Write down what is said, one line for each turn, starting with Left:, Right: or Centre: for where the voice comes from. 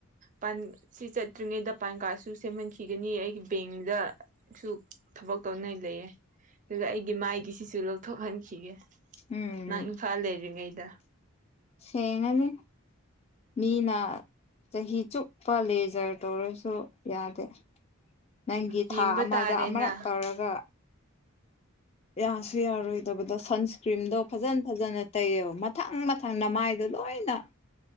Right: ꯄꯥꯟ ꯁꯤ ꯆꯠꯇ꯭ꯔꯤꯉꯩꯗ ꯄꯥꯟ ꯀꯥꯔꯗꯁꯨ ꯁꯦꯝꯍꯟꯈꯤꯒꯅꯤ ꯑꯩꯒꯤ ꯕꯦꯡꯗꯁꯨ ꯊꯕꯛ ꯇꯧꯅꯤꯡꯉꯥꯏ ꯂꯩꯌꯦ ꯑꯗꯨꯒ ꯑꯩꯒꯤ ꯃꯥꯏꯒꯤ ꯁꯤꯁꯨ ꯂꯧꯊꯣꯛꯍꯟꯈꯤꯒꯦ
Left: ꯎꯝ
Right: ꯅꯪ ꯏꯝꯐꯥꯜꯗ ꯏꯔꯤꯉ ꯑꯩꯗ
Left: ꯁꯦꯡꯉꯅꯤ ꯃꯤꯅ ꯆꯍꯤ ꯆꯨꯞꯄ ꯂꯦꯖꯔ ꯇꯧꯔꯁꯨ ꯌꯥꯗꯦ ꯅꯪꯒꯤ
Right: ꯌꯦꯡꯕ
Left: ꯊꯥ ꯑꯃꯗ
Right: ꯇꯥꯔꯦꯅ
Left: ꯑꯃꯨꯔꯛ ꯇꯧꯔꯒ ꯌꯥꯁꯨ ꯌꯥꯔꯣꯏ ꯏꯗ ꯁꯟ ꯀ꯭ꯔꯤꯝꯗꯣ ꯐꯖꯅ ꯐꯖꯅ ꯇꯩꯌꯦꯕ ꯃꯊꯪ ꯃꯊꯪ ꯅ ꯃꯥꯏꯗꯣ ꯂꯣꯏꯅ